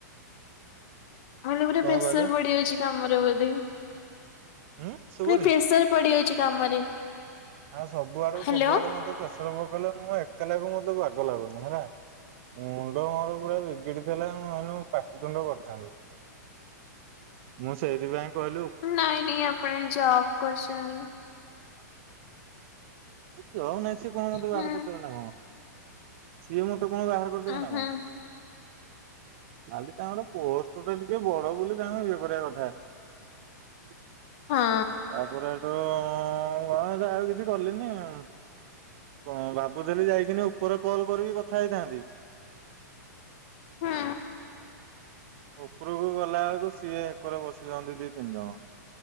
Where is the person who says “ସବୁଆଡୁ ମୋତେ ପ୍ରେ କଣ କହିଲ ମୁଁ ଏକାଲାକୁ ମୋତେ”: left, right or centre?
Right